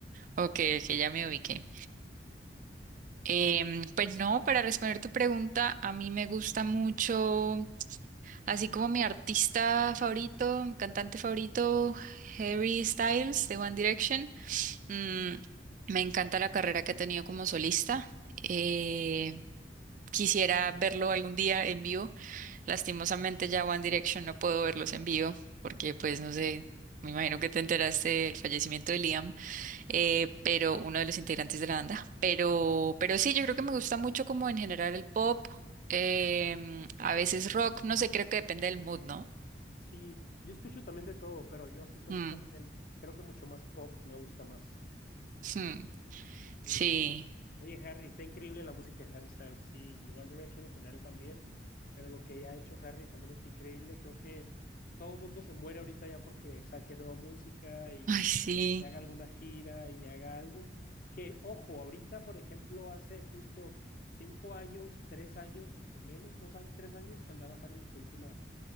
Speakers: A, on the right; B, on the left.
A: Ok, ok, ya me ubiqué. Em, pues no, para responder tu pregunta, a mí me gusta mucho. Así como mi artista favorito, mi cantante favorito, Harry Styles de One Direction. Mm, me encanta la carrera que ha tenido como solista. Eh, quisiera verlo algún día en vivo. Lastimosamente ya One Direction no puedo verlos en vivo porque pues no sé, me imagino que te enteraste del fallecimiento de Liam, eh, pero uno de los integrantes de la banda. Pero, pero sí, yo creo que me gusta mucho como en general el pop. em, a veces rock, no sé, creo que depende del mood, ¿no?
B: Sí, yo escucho también de todo, pero yo sí soy
A: Mm,
B: también, creo que mucho más pop, me gusta más.
A: hmm, sí.
B: Sí. Oye, Harry, está increíble la música de Harry Styles, sí, y One Direction en general también, pero lo que ha hecho Harry también está increíble. Creo que todo el mundo se muere ahorita ya porque saque nueva música y,
A: Ay, sí.
B: y haga alguna gira y haga algo. Que, ojo, ahorita, por ejemplo, hace justo cinco años, tres años o menos, dos años, tres años que andaba Harry en su última,